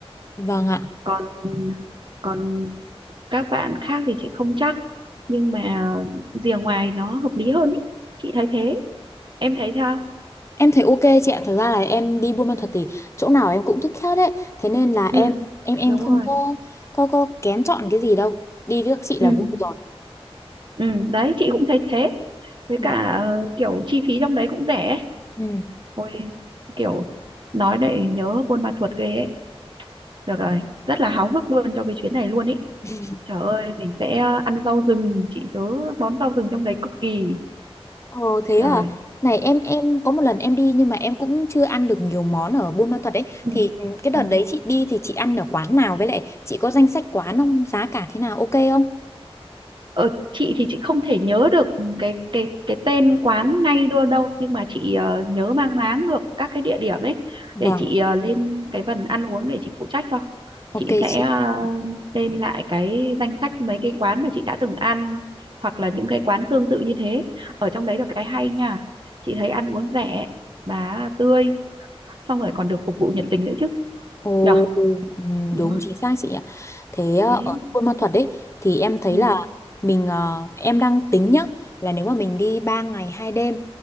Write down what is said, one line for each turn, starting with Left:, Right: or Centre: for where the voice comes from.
Left: vâng ạ
Right: còn còn các bạn khác thì chị không chắc nhưng mà rìa ngoài nó hợp lý hơn ý chị thấy thế em thấy sao
Left: Em thấy ok chị ạ, thực ra là em đi Buôn Ma thuật thì chỗ nào em cũng thích hết đấy. Thế nên là em
Right: ừ
Left: em em
Right: đúng
Left: không
Right: rồi
Left: có có có kén chọn cái gì đâu. Đi với các chị là
Right: ừ
Left: vui rồi.
Right: ừ đấy chị cũng thấy thế với
Left: Ừ.
Right: cả ờ, kiểu chi phí trong đấy cũng rẻ ấy.
Left: Ừ.
Right: ôi kiểu nói để nhớ Buôn Ma Thuột ghê ấy được rồi rất là háo hức luôn cho cái chuyến này luôn ý
Left: <laughs>
Right: trời ơi mình sẽ ờ, ăn rau rừng chị nhớ món rau rừng trong đấy cực kỳ
Left: Ồ thế
Right: rồi
Left: à. Này em em có một lần em đi nhưng mà em cũng chưa ăn được nhiều món ở Buôn Ma Thuột đấy.
Right: ừ
Left: Thì ừ, cái
Right: ừ
Left: đợt đấy chị đi thì chị ăn ở quán nào với lại chị có danh sách quán không? Giá cả thế nào ok không?
Right: Ờ, chị thì chị không thể nhớ được cái cái cái tên quán ngay đâu đâu nhưng mà chị ờ, nhớ mang máng được các cái địa điểm ấy
Left: Vâng,
Right: để chị ờ, lên cái phần ăn uống để chị phụ trách cho
Left: ok
Right: chị sẽ
Left: chị.
Right: ờ, lên lại cái danh sách mấy cái quán mà chị đã từng ăn hoặc là những cái quán tương tự như thế ở trong đấy là cái hay nha chị thấy ăn uống rẻ mà tươi xong rồi còn được phục vụ nhiệt tình nữa chứ
Left: Ồ,
Right: nhở
Left: ừm,
Right: đúng
Left: đúng
Right: không
Left: chính xác chị ạ. Thế ờ,
Right: thế
Left: ở Buôn Ma Thuột đấy thì em thấy
Right: ừ
Left: là mình ờ, em đang tính nhá là nếu mà mình đi 3 ngày 2 đêm